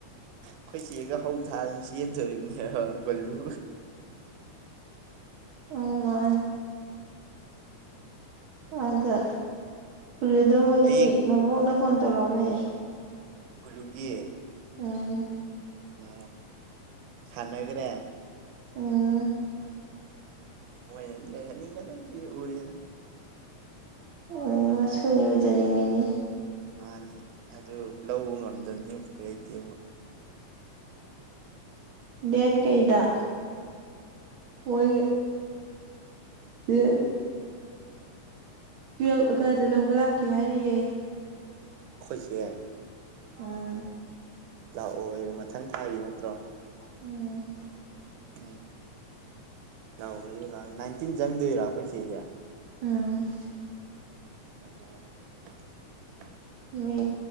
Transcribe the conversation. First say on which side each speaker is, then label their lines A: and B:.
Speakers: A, on the right (about 80°); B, on the right (about 70°).
A: ꯑꯩꯈꯣꯏ ꯆꯦꯒ ꯍꯧ ꯊꯥꯜꯂ ꯆꯦꯟꯗꯣꯔꯤꯕꯅꯦ ꯍꯣꯏ ꯂꯨ
B: ꯑ ꯑꯗ ꯀꯨꯂꯨꯗꯣ ꯃꯣꯏꯒꯤ
A: ꯍꯌꯦꯡ
B: ꯃꯕꯣꯛꯅ ꯐꯣꯟ ꯇꯧꯔꯛꯑꯝꯃꯦ
A: ꯂꯨꯒ
B: ꯎꯝ
A: ꯑ ꯊꯅꯒꯔꯦ
B: ꯑꯝ
A: ꯃꯣꯏ ꯂꯩꯅꯤꯡꯉꯗ ꯎꯔꯦ
B: ꯑꯣ ꯁꯨꯅꯤ ꯎꯖꯅꯤꯡꯉꯤꯅꯦ
A: ꯃꯥꯅꯤ ꯑꯗꯨ ꯂꯧꯕ ꯉꯝꯗꯕꯅꯤ ꯀꯩ ꯂꯩꯇꯦ ꯑꯃ
B: ꯗꯦꯠ ꯀꯩꯗ ꯑꯣꯏꯣꯏ ꯌꯦ ꯇꯨꯌꯦꯜꯞ ꯑꯗꯨ꯭ꯏꯗ ꯂꯧꯕ ꯂꯥꯛꯀꯦ ꯍꯥꯏꯔꯤꯌꯦ
A: <unintelligible> ꯏꯁꯦ
B: ꯎꯝ
A: ꯂꯥꯛꯑꯣ ꯃꯊꯪ ꯊꯥꯒꯤ ꯅꯠꯇ꯭ꯔꯣ
B: ꯎꯝ
A: ꯎꯝ ꯂꯥꯛꯑꯣ ꯂꯥꯛꯑꯣ ꯅꯥꯏꯟꯇꯤꯟ ꯆꯪꯗꯣꯏꯔꯥ ꯑꯩꯈꯣꯏ ꯆꯦꯁꯦ
B: ꯎꯝ
A: ꯎ
B: ꯃꯤ